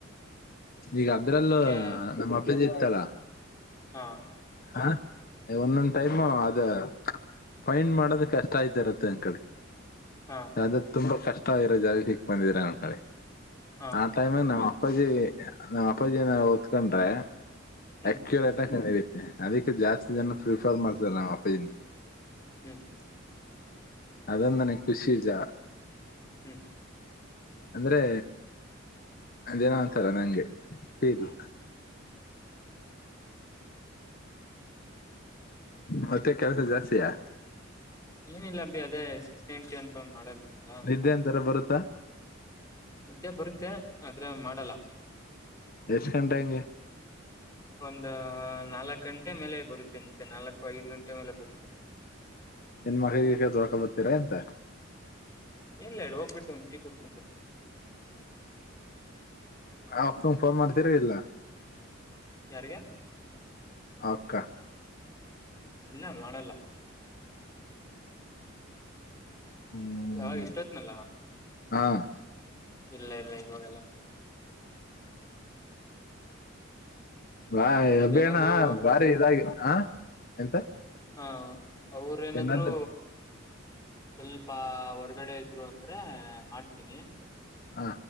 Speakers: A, on the left (about 50°); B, on the left (about 15°).
A: ಈಗ ಅದ್ರಲ್ಲೂ
B: ಅದಕ್ಕೆ
A: ನಮ್ಮ ಅಪ್ಪಂದ ಇತ್ತ ಅಲ್
B: ಹ್ನ.
A: ಹ್ನ ಒಂದೊಂದ ಟೈಮ ಅದ ಫೈನ್ ಮಾಡೋದ ಕಷ್ಟ ಆಯ್ತಿ ಇರತ್ತೆ ಅಂಕಳಿ
B: ಹಾ
A: ಅದ ತುಂಬಾ ಕಷ್ ಇಷ್ಟ ಇರೋ ಜಾಗಾಕ್ಕ ಸಿಕ್ ಬಂದಿದ್ರರ ಅಂಕೋಳಿ
B: ಹಾ
A: ಹಾಟೈಮ ನ ಅಪ್ಪಾಜಿ ನಮ್ಮ್ ಅಪ್ಪಾಜಿಯನ ಹೊತ್ಕೊಂಡ್ರೆ
B: ಹ್ಮ್
A: ಅಕ್ಯುರೇಟ್ ಆಗಿ ಹಿ ಅದಕ್ಕೆ ಜಾಸ್ತಿ ಜನ ಪ್ರಿಫರ್ ಮಾಡ್ತಾರೆ ನಮ್ಮ್ ಅಪ್ಪಾಜಿನ
B: ಹ್ಮ್ ಹ್ಮ್.
A: ಅದೊಂದನ ಖುಷಿ ಜಾ
B: ಹ್ಮ್.
A: ಅಂದ್ರೆ ಅದೇನ ಒಂತರ ನಂಗ ಫೀರ್ ಮತ್ತೆ ಕೆಲ್ಸ ಜಾಸ್ತಿಯಾ.
B: ಏನಿಲ್ಲ ಅಬಿ ಅದೇ ಸಿಕ್ಸ್ ನೈನ್ಟಿ ಅಂತ ಒಂದ್ ಮಾಡಲ್ ಇದೆಲ್ಲ
A: ನಿದ್ದೆ ಅಂತರ ಬರುತ್ತೆ <inaudible>
B: ನಿದ್ದೆ ಬರುತ್ತೆ ಆದ್ರೆ ಮಾಡಲ್ಲ
A: ಎಷ್ಟ್ ಗಂಟೆ ಹಂಗೆ
B: ಒಂದ ನಾಲ್ಕ ಗಂಟೆ ಗಂಟೆ ಮೇಲೆ ಬರುತ್ತೆ ನಿದ್ದೆ ನಾಲ್ಕು ಐದು ಗಂಟೆ ಮೇಲೆ ಬರುತ್ತೆ
A: ಏನ್ ಮೋಖಗೀಕ ತೊಳ್ಕೊ ಬರ್ತೀರಾ ಎಂತ
B: ಎಲ್ಲ ಹೇಳಿ ಹೋಗ್ಬಿಟ್ಟು ಒಂದು ಟೀ ಕುಡ್ಕೊಂಡ್ ಬರ್ತೀನಿ
A: ಅವಕ್ ಫೋನ್ ಮಾಡ್ತಿರ ಇಲ್ಲ
B: ಯಾರಿಗೆ
A: ಅವಕ್ಕ
B: ಇಲ್ಲ ಮಾಡಲ್ಲ
A: ಹ್ಮ್
B: ಯಾವಾಗ ಎಸ್ಟೊಡಲಾ ನಲ್ಲ
A: ಹಾ
B: ಇಲ್ಲ ಇಲ್ಲ ಇವಾಗೆಲ್ಲ ಮಾಡದು
A: ಬಾ
B: ಅದೇನಾದ್ರು
A: ಅಬೇಣ್ಣ ಬಾರಿ ಇದಾಗಿ ಹ ಎಂತ
B: ಹಾ ಅವ್ರ ಏನಾದ್ರು
A: ಏನಾದ್ರ
B: ಸ್ವಲ್ಪ ಹೊರ್ಗಡೆ ಇದ್ರು ಅಂದ್ರೆ ಮಾಡ್ತೀನಿ
A: ಹ